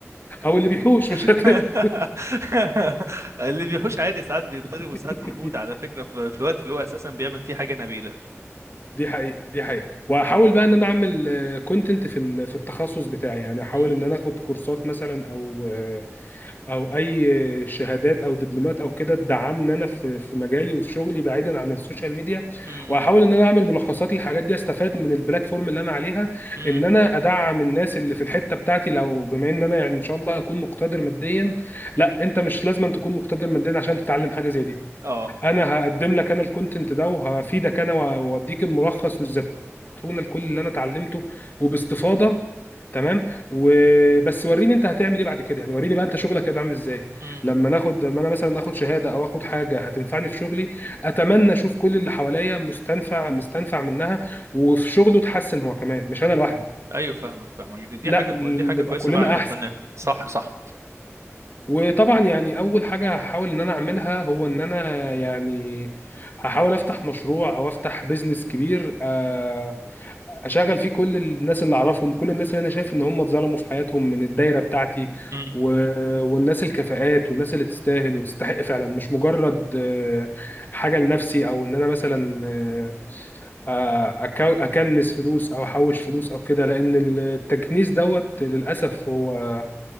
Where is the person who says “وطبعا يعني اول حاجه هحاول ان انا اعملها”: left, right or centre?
Left